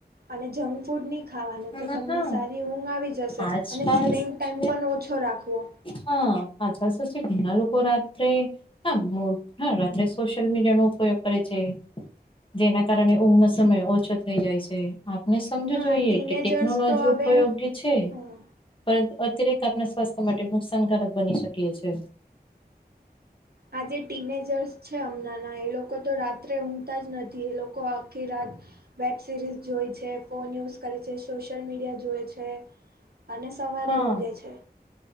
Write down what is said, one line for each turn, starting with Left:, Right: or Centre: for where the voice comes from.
Right: અને જંક ફૂડની ખાવાનું
Left: અ
Right: તો તમને
Left: હા
Right: સારી ઊંઘ આવી જશે
Left: આજકાલ
Right: અને સ્ક્રીન
Left: શું
Right: ટાઈમ
Left: છે
Right: પણ ઓછો રાખવો.
Left: હા આછાસ છે ઘણા લોકો રાત્રે હા હા રાત્રે સોશિયલ મીડિયાનો ઉપયોગ કરે છે. જેના કારણે ઊંઘ નો સમય ઓછો થઈ જાય છે. આપને સમજવું
Right: હા
Left: જોઈએ
Right: ટીનેજર્સ
Left: કે ટેકનોલોજી
Right: તો હવે
Left: ઉપયોગી છે.
Right: હા
Left: પરંતુ અતિરેક આપણા સ્વાસ્થ્ય માટે નુકસાનકારક બની શકે છે.
Right: આજે ટીનેજર્સ છે. હમણાં ના એ લોકો તો રાત્રે ઊંઘતા જ નથી. એ લોકો આખી રાત વેબ સિરીઝ જોવે છે, ફોન યુઝ કરે છે, સોશિયલ મીડિયા જોવે છે. અને સવારે
Left: હા
Right: ઊંઘે છે.